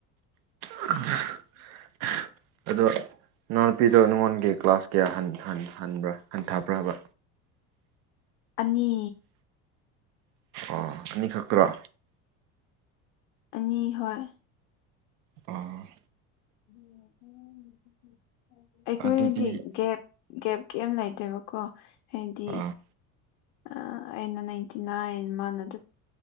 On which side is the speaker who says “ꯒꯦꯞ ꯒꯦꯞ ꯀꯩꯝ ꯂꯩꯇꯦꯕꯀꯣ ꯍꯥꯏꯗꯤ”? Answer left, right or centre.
Left